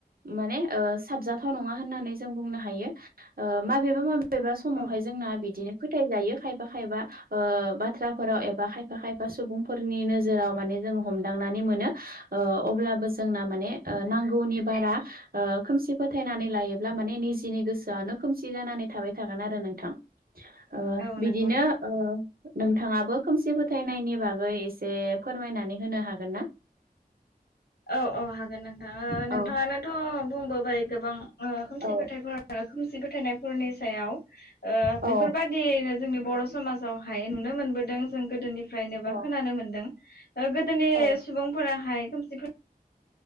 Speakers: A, on the right (about 65°); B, on the left (about 85°).
A: माने ओ साबजाथाव नङा होननानै जों बुंनो हायो ओ माबेबा माबेबा समाव
B: औ
A: हाय जोंना बिदिनो फोथायजायो खायफा खायफा ओ बाथ्राफोराव एबा खायफा खायफा सुबुंफोर। नि नोजोराव माने जों हमदांनानै मोनो ओ अब्लाबो जोंना माने ओ नांगौनि बारा ओ खोमसि फोथायनानै लायोब्ला माने निजिनि गोसोआनो खोमसि जानानै थाबाय थागोन आरो नोंथां ओ
B: औ
A: बिदिनो
B: नंगौ नोंथां
A: ओ नोंथाङाबो खोमसि फोथायनायनि बागै एसे फोरमायनानै होनो हागोन ना
B: औ औ हागोन नोंथां ओ
A: औ
B: नों ओ नोंथ' बुंबोबाय गोबां ओ खोमसिथायफोर
A: औ
B: खोमसि फोथायनायफोरनि सायाव। ओ
A: औ
B: बेफोरबायदिनो जोंनि बर' समाजावहाय नुनो मोनबोदों जों गोदोनि फ्रायनोबा
A: औ
B: खोनानो मोन्दों। गोदोनि
A: औ
B: सुबुंफोराहाय खोमसिफो